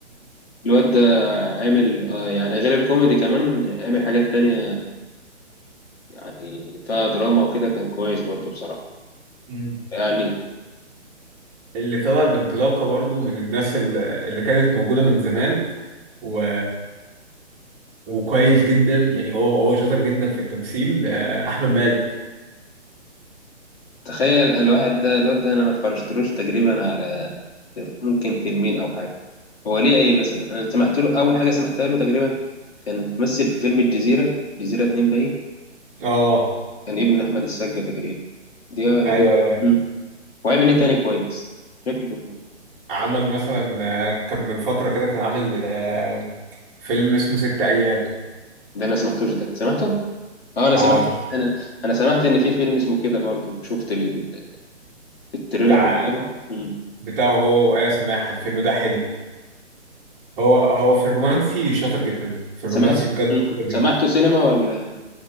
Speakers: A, on the left; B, on the right.
A: الواد ده عامل آه، يعني غير الكوميدي كمان عامل حاجات تانية يعني فيها دراما وكده كان كويس برضه بصراحة
B: امم
A: يعني
B: اللي طلع بانطلاقة برضو من الناس ال- اللي كانت موجودة من زمان و... وكويس جدا يعني هو هو شاطر جدا في التمثيل آه، أحمد مالك
A: تخيل الواحد ده الواد ده انا ما اتفرجتلوش تقريبا على غير ممكن فيلمين او حاجة هو ليه ايه مثلا انا سمعت له اول حاجة سمعتها له تقريبا كان ممثل في فيلم الجزيرة الجزيرة اتنين باين
B: اه
A: كان ابن احمد السقا تقريبا دي آه، تقريبا
B: ايوه ايوه ايوه
A: مم. وعمل ايه تاني كويس شكله
B: عمل مثلا آه، كان من فترة كده كان عامل آه، فيلم اسمه ست أيام
A: ده انا سمعتوش ده سمعته اه انا
B: اه
A: سمعت
B: تحفة
A: انا انا سمعت ان في فيلم اسمه كده برضه شفت ال- التريلر
B: بتاع
A: بتاعه مم.
B: بتاعه هو وآية سماحة الفيلم ده حلو هو هو في الرومانسي شاطر جدا في الرومانسي
A: سمعت
B: بجد
A: مم.
B: شاطر جدا
A: سمعته سينما ولا